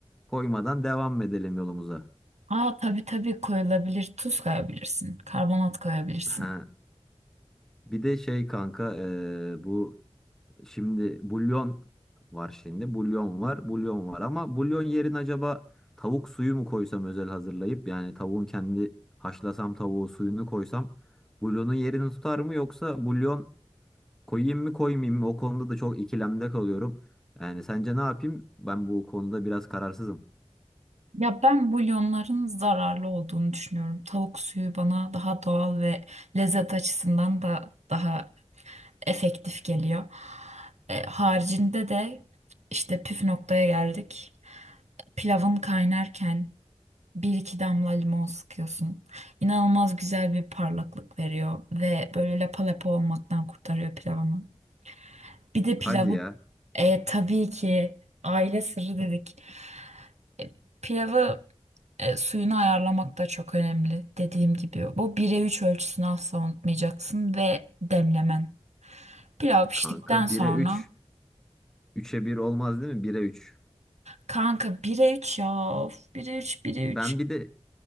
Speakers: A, in the centre; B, on the right.
A: koymadan devam mı edelim yolumuza? <laughs>
B: Aa tabii tabii koyulabilir tuz koyabilirsin, karbonat koyabilirsin.
A: Ha. Bir de şey kanka e, bu Şimdi bulyon var şimdi. Bulyon var, bulyon var ama bulyon yerine acaba tavuk suyu mu koysam özel hazırlayıp yani tavuğun kendi haşlasam tavuğu suyunu koysam bulyonun yerini tutar mı yoksa bulyon koyayım mı koymayayım mı? O konuda da çok ikilemde kalıyorum. Yani sence ne yapayım? Ben bu konuda biraz kararsızım.
B: Ya ben bulyonların zararlı olduğunu düşünüyorum. Tavuk suyu bana daha doğal ve lezzet açısından da daha efektif geliyor. E, haricinde de işte püf noktaya geldik. Pilavın kaynarken bir iki damla limon sıkıyorsun. İnanılmaz güzel bir parlaklık veriyor ve böyle lapa lapa olmaktan kurtarıyor pilavını. Bir de
A: Hadi
B: pilavı
A: ya
B: e, tabii ki aile sırrı dedik. E, Pilavı E, suyunu ayarlamak da çok önemli. Dediğim gibi bu 1'e 3 ölçüsünü asla unutmayacaksın ve demlemen. Pilav piştikten
A: kanka
B: sonra
A: 1'e 3 3'e bir olmaz değil mi? 1'e üç
B: kanka 1'e 3 ya. of, 1'e 3 1'e
A: Ben
B: üç
A: bir de